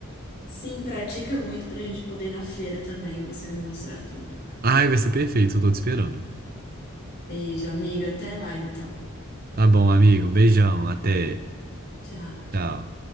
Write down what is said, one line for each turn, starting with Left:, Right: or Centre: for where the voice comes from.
Left: Sim, pratica muito pra gente poder ir na feira também e você me mostrar tudo.
Right: Ai, vai ser perfeito, eu tô te esperando.
Left: Beijo, amiga. Até lá, então.
Right: Tá bom, amigo. Um beijão. Até.
Left: Tchau.
Right: Tchau.